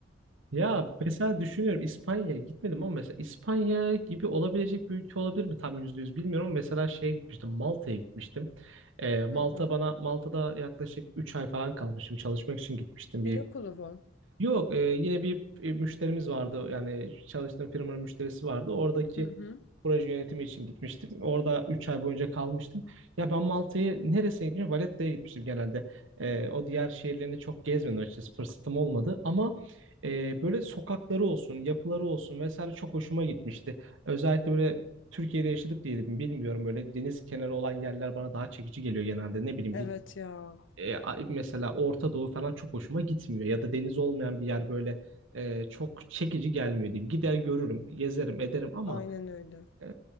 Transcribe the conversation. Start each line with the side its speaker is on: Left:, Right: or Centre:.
Right: Ya mesela düşünüyorum İspanya'ya gitmedim ama mesela İspanya gibi olabilecek bir ülke olabilir mi? Tam yüzde yüz bilmiyorum ama mesela şeye gitmiştim Malta'ya gitmiştim. Ee, Malta
Left: Hı hı.
Right: bana Malta'da yaklaşık 3 ay falan kalmışım çalışmak için gitmiştim
Left: Dil
Right: bir
Left: okulu bu.
Right: Yok, e, yine bir e, müşterimiz vardı. Yani çalıştığım firmanın müşterisi vardı. Oradaki
Left: Hı hı.
Right: proje yönetimi için gitmiştim. Orada 3 ay boyunca kalmıştım. Ya ben Malta'yı neresine gitmiştim? Valetta'ya gitmiştim genelde. E, o diğer şehirlerini çok gezmedim açıkçası. Fırsatım olmadı. Ama e, böyle sokakları olsun, yapıları olsun vesaire çok hoşuma gitmişti. Özellikle böyle Türkiye'de yaşadık diye de bilmiyorum. Böyle deniz kenarı olan yerler bana daha çekici geliyor genelde. Ne bileyim
Left: Evet ya.
Right: e, a- mesela Orta Doğu falan çok hoşuma gitmiyor. Ya da deniz olmayan bir yer böyle e, çok çekici gelmiyor diyeyim. Gider görürüm, gezerim, ederim ama
Left: Aynen öyle.
Right: e,